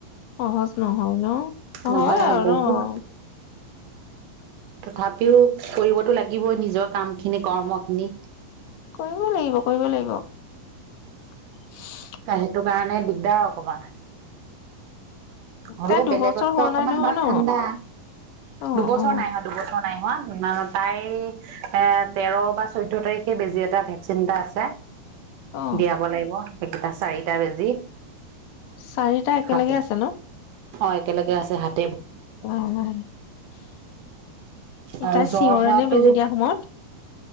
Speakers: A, on the left; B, on the right.
A: সহজ নহয় ন হয়
B: নহয় নহয়
A: আৰু
B: বহুত
A: ন
B: তথাপিও কৰিবতো লাগিবই নিজৰ কাম খিনি কৰ্ম খিনি।
A: কৰিব লাগিব কৰিব লাগিব। <inaudible>
B: সেইটো কাৰণে দিগদাৰ অকণমান। হ'লেও
A: তাই দুবছৰ
B: বেলেগতকৈ
A: হোৱা
B: আকণমান
A: নাই নহয়
B: বাৰু
A: ন
B: ঠাণ্ডা।
A: অ
B: দুবছৰ
A: অ
B: নাই হোৱা দুবছৰ নাই হোৱা। তাই এ তেৰ বা চৈধ্য তাৰিখে বেজি এটা ভেকচিন এটা আছে।
A: অ
B: দিয়াব লাগিব। এই কেইটা চাৰিটা বেজি।
A: চাৰিটা একেলগে
B: হাতে
A: আছে ন?
B: অ একেলগে আছে হাত
A: আহ--এ
B: আৰু
A: তাই
B: জ্বৰ
A: চিঞৰে
B: হোৱাটো
A: নে বেজি দিয়া সময়ত?